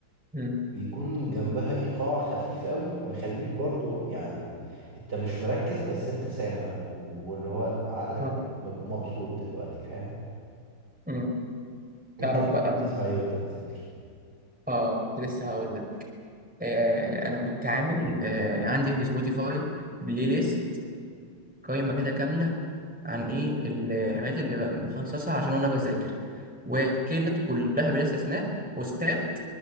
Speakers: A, in the centre; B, on the right (about 50°).
A: مم.
B: بيكون جنبها ايقاع خفيف قوي مخليك برضو يعني انت مش مركز بس انت سامع و- واللي هو عقلك
A: اه
B: مب- مبسوط دلوقتي فاهم
A: مم.
B: انت
A: تعرف بقى
B: بتسمع ايه وانت بتذاكر
A: اه كنت لسه هقول لك آه انا كنت عامل آه عندي في سبوتيفاي بلاي ليست قائمه كده كامله عن ايه الحاجات اللي بقى مخصصها عشان وانا بذاكر وكانت كلها بلا استثناء بوستات